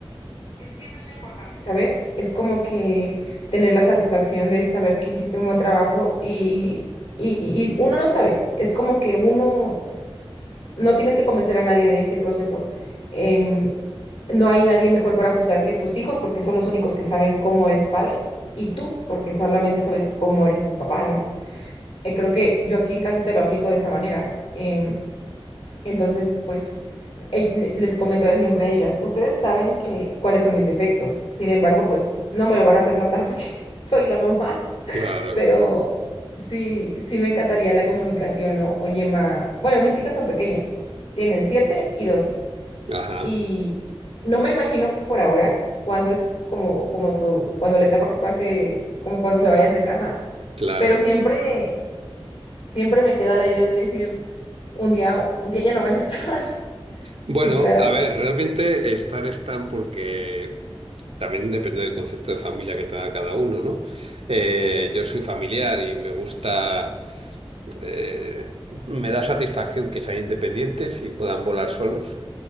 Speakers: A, on the left; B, on the right.
A: Es que eso es lo importante, ¿sabes? Es como que tener la satisfacción de saber que hiciste un buen trabajo y, y, y uno lo sabe. Es como que uno no tienes que convencer a nadie de ese proceso. Em, no hay nadie mejor para juzgar que tus hijos porque son los únicos que saben cómo eres padre y tú porque solamente sabes cómo eres papá, ¿no? Eh, creo que yo aquí en casita lo aplico de esa manera. Em, entonces, pues. Ey- le- Les comento de siempre a ellas, ustedes saben que cuáles son mis defectos. Sin embargo, pues no me lo van a hacer notar porque <laughs> soy la mamá,
B: Claro,
A: pero sí, sí me encantaría la comunicación, ¿no? Oye, ma, bueno, mis hijas son pequeñas, tienen 7 y 12.
B: ajá,
A: y no me imagino por ahora cuándo es como como tu cuando la etapa que pase, como cuando se vayan de casa,
B: claro.
A: pero siempre siempre me queda la idea de decir, un día un día ya no van a estar. <laughs>
B: Bueno,
A: Sí, claro.
B: a ver, realmente estar están porque también depende del concepto de familia que tenga cada uno, ¿no? Eh, yo soy familiar y me gusta, eh, me da satisfacción que sean independientes y puedan volar solos.